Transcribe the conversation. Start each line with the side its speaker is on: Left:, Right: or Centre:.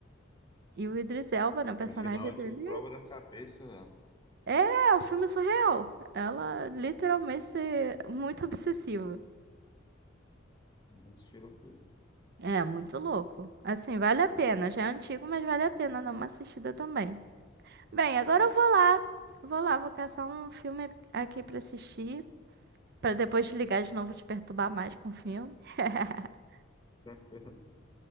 Right: E o Idris Elba, na personagem
Left: No final é
Right: dele,
Left: tudo prova da cabeça.
Right: é é um filme surreal. Ela literalmente se- muito obsessiva.
Left: Nossa, que loucura.
Right: É, muito louco. Assim, vale a pena. Já é antigo, mas vale a pena dar uma assistida também. Bem, agora
Left: É,
Right: eu vou lá. Vou lá, vou caçar um filme aqui pra assistir, Pra depois te ligar de novo e te perturbar mais com o filme. <laughs>
Left: tranquilo.